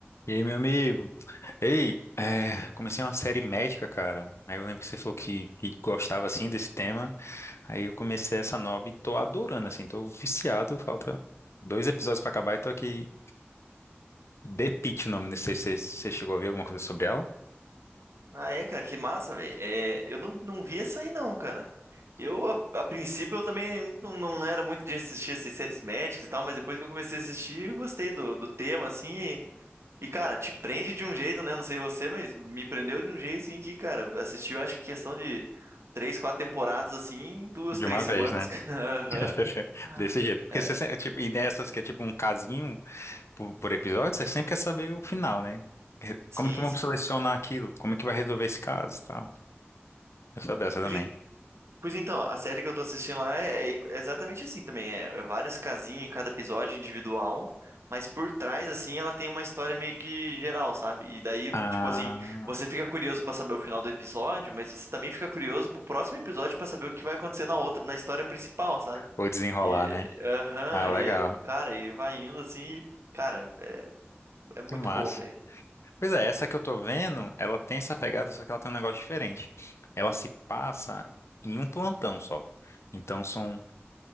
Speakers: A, on the left; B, on the right.
A: E aí, meu amigo? Ei, é, comecei uma série médica, cara. Aí eu lembro que você falou que, que gostava, assim, desse tema. Aí eu comecei essa nova e tô adorando, assim. Tô viciado, falta dois episódios pra acabar e tô aqui. The Pitt, o nome. Não sei se você você chegou a ver alguma coisa sobre ela.
B: Ah, é, cara, que massa, velho. É, eu não, não vi essa aí, não, cara. Eu, a, a princípio, eu também não, não era muito de assistir esses séries médicas e tal, mas depois que eu comecei a assistir, eu gostei do, do tema, assim. E, e, cara, te prende de um jeito, né? Não sei você, mas me prendeu de um jeito, assim, que, cara, assistiu, acho que questão de três, quatro temporadas, assim, em duas,
A: De
B: três
A: uma
B: semanas,
A: vez, né?
B: <laughs> cara. Aham.
A: <laughs>
B: Ah,
A: Desse jeito. Porque
B: É,
A: você, sempre- tipo, e dessas que é tipo um casinho por, por episódio, você sempre quer saber o final, né?
B: sim,
A: Como é que vamos
B: sim.
A: selecionar aquilo? Como é que vai resolver esse caso e tal? Eu sou dessa
B: Pois
A: também.
B: Pois então, a série que eu tô assistindo lá é, é i- é exatamente assim também. É vários casinhos em cada episódio individual, mas por trás, assim, ela tem uma história meio que geral, sabe? E daí,
A: Ah,
B: tipo assim, você fica curioso pra saber o final do episódio, mas você também fica curioso pro próximo episódio pra saber o que vai acontecer na outra, na história principal, sabe?
A: vou desenrolar,
B: E,
A: né?
B: aham,
A: Ah,
B: e
A: legal.
B: é, cara, e vai indo assim, e, cara, é, é muito
A: Que massa.
B: bom, velho.
A: Pois é, essa que eu tô vendo, ela tem essa pegada, só que ela tem um negócio diferente. Ela se passa em um plantão só. Então são